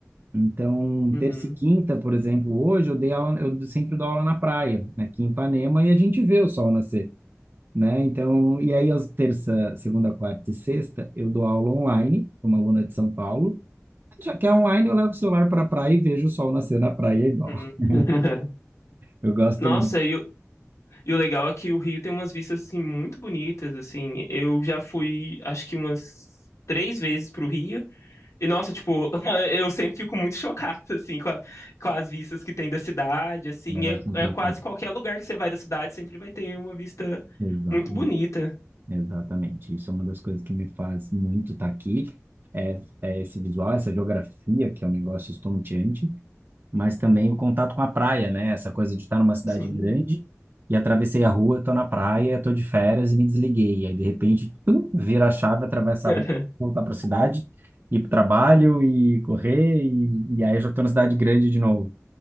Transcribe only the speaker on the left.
Uhum,
uhum.
<laughs>
Nossa,
e o, e o legal é que o Rio tem umas vistas, assim, muito bonitas, assim, eu já fui, acho que umas três vezes pro Rio, E nossa, tipo, <laughs> eu sempre fico muito chocado, assim, com, a- com as vistas que tem da cidade, assim,
é,
é quase qualquer lugar que você vai da cidade sempre vai ter uma vista
muito bonita,
sim.
<laughs>